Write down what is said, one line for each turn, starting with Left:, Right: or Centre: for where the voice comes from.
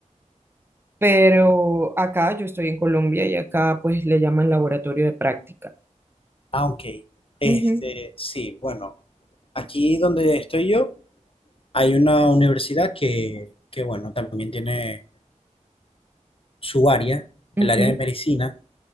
Right: pero acá yo estoy en Colombia y acá pues le llaman laboratorio de práctica.
Left: Ah, ok. Este,
Right: Ujú,
Left: sí, bueno, aquí donde estoy yo hay una universidad que, que bueno, también tiene su área,
Right: ujú,
Left: el área de medicina,